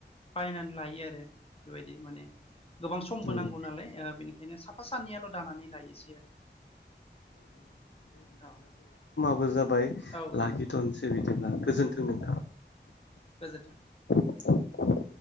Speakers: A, on the left; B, on the left.
A: बायनानै लायो आरो बेबायदि माने गोबां समबो
B: उम
A: नांगौ नालाय ओ बेनिखायनो साफा सानैयाल दानानै लायोसै आरो औ
B: <unintelligible> बाय
A: औ दे
B: लाखिथनसै
A: नोंथां
B: बिदि ब्ला गोजोन्थों
A: दे
B: नोंथां।
A: गोजोन्थों
B: लांदां